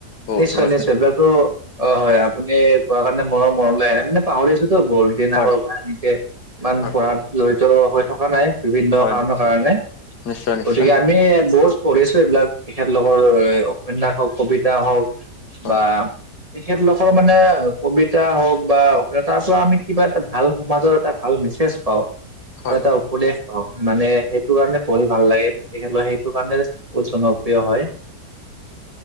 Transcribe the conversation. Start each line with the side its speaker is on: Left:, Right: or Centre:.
Left: বহুতো
Right: নিশ্চয়
Left: আছে।
Right: নিশ্চয়- অ' অঁ' হয়, আপুনি কোৱা কাৰণে মোৰো মনলৈ আহে মানে পাহৰি আছো- টো বহু দিনৰ
Left: হয়
Right: আগৰ পৰা এনেকে ইমান
Left: হয়
Right: পঢ়াত জঢ়িত হৈ থকা নাই - বিভিন্ন
Left: হয়
Right: কাৰণৰ
Left: নিশ্চয়
Right: কাৰণে।
Left: নিশ্চয় নিশ্চয়
Right: গতিকে আমি বহুত পঢ়িছো এইবিলাক তেখেতলোকৰ এ উপন্যাস হওক, কবিতা হওক
Left: হয়
Right: বা তেখেতলোকৰ মানে কবিতা হওক বা তাৰপৰা আমি কিবা এটা ভাল সমাজৰ এটা ভাল মেছেজ পাওঁ।
Left: হয়।
Right: আৰু এটা উপদেশ পাওঁ। মানে সেইটো কাৰণে পঢ়ি ভাল লাগে। তেখেতৰ সেইটো কাৰণে বহুত জনপ্ৰিয় হয়।
Left: <unintelligible>